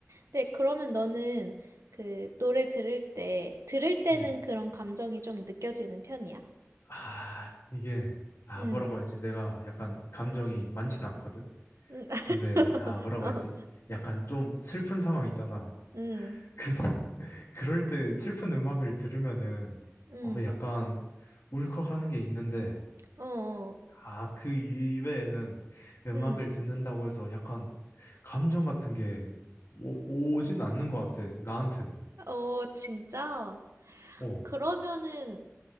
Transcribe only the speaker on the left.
음.
아, 이게, 아,
뭐라고 하지? 내가 약간 감정이 많진 않거든?
근데, 아, 뭐라고 하지?
약간 좀 슬픈 상황 있잖아.
그, <laughs> 그럴 때 슬픈 음악을 들으면은,
어, 약간 울컥하는 게 있는데,
아, 그 이외에는 음악을
듣는다고 해서 약간 감정 같은 게 오, 오진 않는 것 같아, 나한테는.
어,